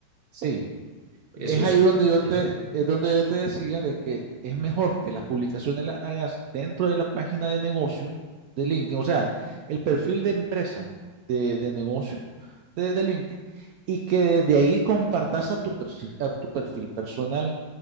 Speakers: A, on the right; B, on the right.
A: sí,
B: Eso
A: es
B: es,
A: ahí donde yo te,
B: eso,
A: es donde yo te decía de que es mejor que las publicaciones las hagas dentro de la página de negocio de LinkedIn, o sea, el perfil de empresa de, de negocio de, de LinkedIn y que de ahí compartas a tu perfil, a tu perfil personal,